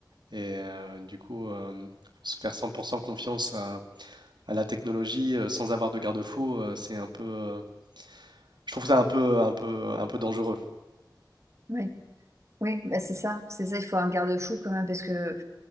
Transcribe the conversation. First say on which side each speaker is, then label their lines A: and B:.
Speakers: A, on the right (about 75°); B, on the right (about 40°).
A: et euh, du coup euh, se faire 100% confiance à, à la technologie euh, sans avoir de garde-fou, euh, c'est un peu, euh, je trouve ça un peu, un peu, un peu dangereux.
B: Oui, oui, bah c'est ça, c'est ça. Il faut un garde-fou quand même parce que